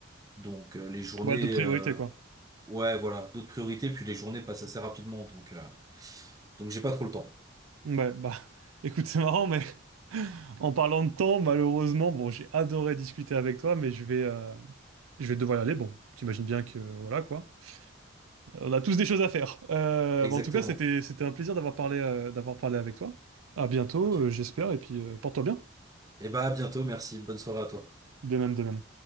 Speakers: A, on the right; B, on the right.
A: donc euh, les journées,
B: Ouais, d'autres priorités,
A: euh,
B: quoi.
A: ouais, voilà, d'autres priorités, puis les journées passent assez rapidement, donc euh, donc j'ai pas trop le temps.
B: Ouais, bah, <laughs> écoute, c'est marrant, mais <laughs> en parlant de temps, malheureusement, bon, j'ai adoré discuter avec toi, mais je vais, euh, je vais devoir y aller. Bon, t'imagines bien que, euh, voilà, quoi. On a tous des choses à faire. Euh,
A: Exactement.
B: bon, en tout cas, c'était, c'était un plaisir d'avoir parlé, euh, d'avoir parlé avec toi. À bientôt,
A: Ok.
B: euh, j'espère, et puis euh, porte-toi bien.
A: Et bah à bientôt, merci, bonne soirée à toi.
B: De même, de même.